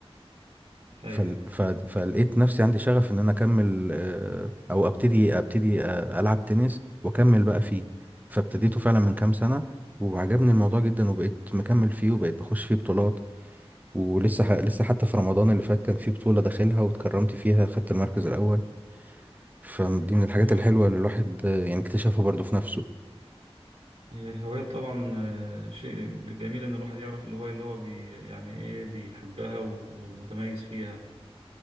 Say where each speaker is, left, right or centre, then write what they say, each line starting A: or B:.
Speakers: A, on the right; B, on the right.
A: ايوه
B: فل... ف... فلقيت نفسي عندي شغف ان انا اكمل آه، او ابتدي ابتدي آه، العب تنس واكمل بقى فيه فابتديته فعلا من كام سنه وعجبني الموضوع جدا وبقيت مكمل فيه وبقيت بخش فيه بطولات ولسه ح... لسه حتى في رمضان اللي فات كان في بطوله داخلها واتكرمت فيها خدت المركز الاول فدي من الحاجات
A: اه
B: الحلوه اللي الواحد آه، يعني اكتشفها برضو في نفسه
A: هي الهواية طبعا آه، شيء جميل إن الواحد يعرف الهواية اللي هو بي يعني إيه بيحبها و- ومتميز فيها